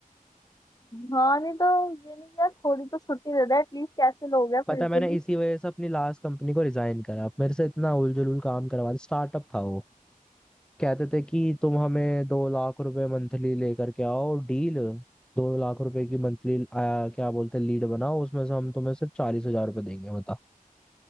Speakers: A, on the left (about 25°); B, in the centre.
A: हाँ नहीं तो ये नहीं यार थोड़ी तो छुट्टी दे दे एटलीस्ट कैसे लोग हैं
B: पता
A: बिल्कुल
B: है, मैंने
A: ही
B: इसी वजह से अपनी लास्ट कंपनी को रिजाइन करा मेरे से इतना उल जुलूल काम करवा स्टार्टअप था वो कहते थे कि तुम हमें दो लाख रुपए मंथली लेकर के आओ डील दो लाख रुपए की मंथली आया क्या बोलते हैं लीड बनाओ उसमें से हम तुम्हें सिर्फ चालीस हजार रुपए देंगे बता